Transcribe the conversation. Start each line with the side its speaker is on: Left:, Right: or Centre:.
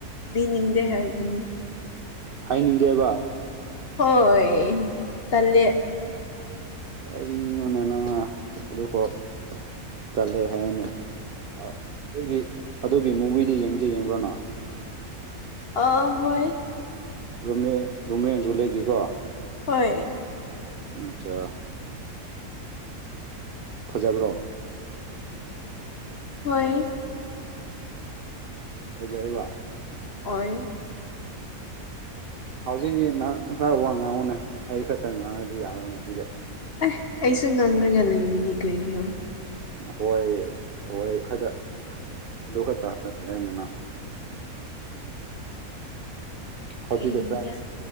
Left: ꯂꯩꯅꯤꯡꯗꯦ ꯍꯥꯏꯕꯅꯤ
Right: ꯍꯥꯏꯅꯤꯡꯗꯦꯕ
Left: ꯍꯣꯏ ꯇꯜꯂꯦ
Right: ꯀꯔꯤꯅꯣꯅꯦ ꯅꯪꯅ ꯑꯗꯨꯐꯥꯎ ꯇꯜꯂꯦ ꯍꯥꯏꯑꯦꯅꯦ ꯑ ꯑꯗꯨꯒꯤ ꯑꯗꯨꯒꯤ ꯃꯨꯚꯤꯗꯤ ꯌꯦꯡꯕꯗꯤ ꯌꯦꯡꯕ꯭ꯔꯣꯅ
Left: ꯑ ꯍꯣꯏ
Right: ꯔꯣꯃꯤꯌꯔ ꯔꯣꯃꯦ ꯑꯦꯟ ꯖꯨꯂꯦꯠ ꯀꯤꯀꯣ
Left: ꯍꯣꯏ
Right: ꯑꯆꯥ ꯐꯖꯕ꯭ꯔꯣ
Left: ꯍꯣꯏ
Right: ꯐꯖꯩꯔꯤꯕ
Left: ꯑꯣꯏ
Right: ꯍꯧꯖꯤꯛ ꯅꯪ ꯈꯔ ꯋꯥ ꯉꯥꯡꯉꯅꯦ ꯑꯩ ꯈꯛꯇꯪ ꯉꯥꯡꯉꯗꯤ ꯌꯥꯔꯣꯏꯅꯦ ꯍꯧꯗꯤ
Left: ꯑꯦꯁ ꯑꯩꯁꯨ ꯉꯪꯈ꯭ꯔꯒ ꯂꯩꯔꯤꯅꯤ ꯀꯔꯤꯔꯣ
Right: ꯍꯣꯏ ꯍꯣꯏ ꯈꯛꯇ ꯑꯗꯨ ꯈꯛꯇ ꯍꯔꯦ ꯑꯗꯨꯅ ꯍꯧꯖꯤꯛ
Left: ꯑꯩꯌꯥ
Right: ꯈꯔ